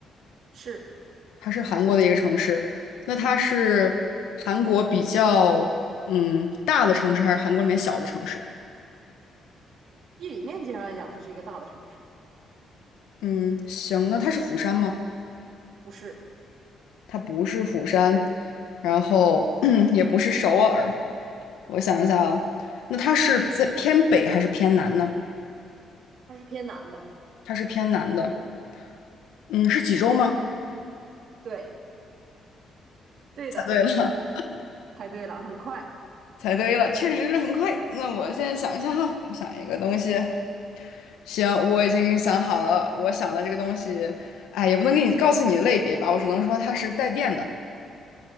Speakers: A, on the right; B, on the left.
A: 是
B: 它是韩国的一个城市。那它是韩国比较嗯大的城市，还是韩国里面小的城市？
A: 地理面积上来讲，它是一个大的城市，
B: 嗯，行，那它是釜山吗？
A: 不是，
B: 它不是釜山，然后 <clears throat> 也不是首尔。我想一下啊，那它是在偏北还是偏南呢？
A: 它是偏南的，
B: 它是偏南的。嗯，是济州吗？
A: 对，
B: <laughs>
A: 对的，
B: 猜对了。
A: 猜对了，很快，
B: 猜对了，确实是很快。那我现在想一下哈，我想一个东西。行，我已经想好了，我想的这个东西，哎，也不能给你告诉你的类别吧，我只能说它是带电的，